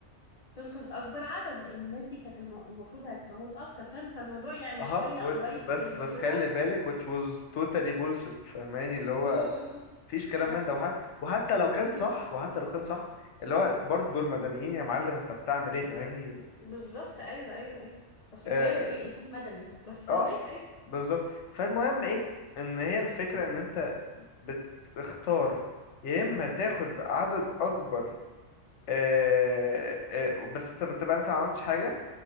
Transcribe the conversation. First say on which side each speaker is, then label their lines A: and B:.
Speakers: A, on the left; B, on the left.
A: تنقذ اكبر عدد لان الناس دي كانت الم- المفروض هتموت اكتر فاهم فالموضوع يعني
B: اها
A: شوية
B: و-
A: قريب
B: بس
A: من المعضلة
B: بس خلي بالك which was totally bullshit فهماني اللي هو
A: م- م- م- م.
B: مفيش كلام من
A: مفهوم
B: ده وحتى وحتى لو كان صح وحتى لو كان صح اللي هو برضه دول مدنيين يا معلم انت بتعمل ايه فاهمني
A: بالظبط ايوه ايوه ايوه اصل
B: اه,
A: هيعمل ايه انسان مدني بفهمك
B: آه
A: ايوه
B: بالظبط فالمهم ايه ان هي الفكرة ان انت بتختار يا اما تاخد عدد اكبر آه آه بس انت بتبقى انت ما عملتش حاجة